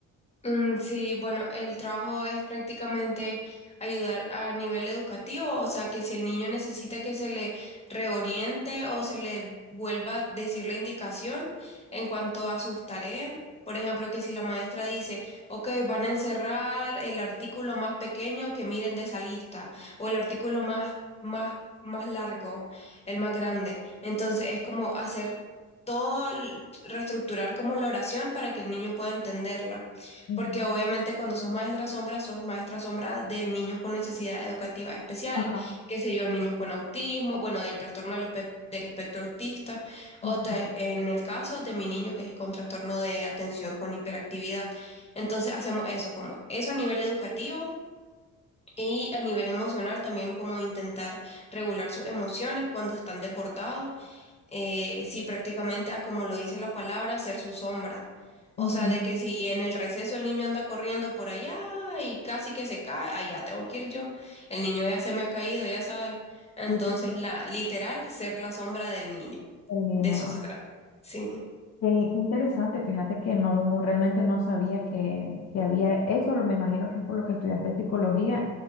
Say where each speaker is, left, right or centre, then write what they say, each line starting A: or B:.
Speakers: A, on the left; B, on the left.
A: Mm, sí, bueno, el trabajo es prácticamente ayudar a nivel educativo, o sea, que si el niño necesita que se le reoriente o se le vuelva a decir la indicación en cuanto a sus tareas, por ejemplo, que si la maestra dice, ok, van a encerrar el artículo más pequeño que miren de esa lista, o el artículo más, más, más largo, el más grande, entonces es como hacer todo, el- reestructurar como la oración para que el niño pueda entenderla.
B: Ujú,
A: Porque obviamente cuando sos maestra sombra, sos maestra sombra de niños con necesidades educativas especiales,
B: Ajá.
A: qué sé yo, niños con autismo, bueno, del trastorno del, espe- del espectro autista, o
B: ujú,
A: te- en el caso de mi niño que es con trastorno de atención con hiperactividad. Entonces hacemos eso, como eso a nivel educativo y a nivel emocional también, como intentar regular sus emociones cuando están desbordados eh, sí, prácticamente a como lo dice la palabra, ser su sombra. O
B: ujú.
A: sea, de que si en el receso el niño anda corriendo por allá y casi que se cae, allá tengo que ir yo. El niño ya se me ha caído, ya sabes. Entonces,
B: Sí, sí, sí,
A: la literal, ser la sombra del niño.
B: el niño.
A: De eso se trata. Sí,
B: Qué, qué interesante, fíjate que no, realmente no sabía que, que había eso, me imagino que es por lo que estudiaste psicología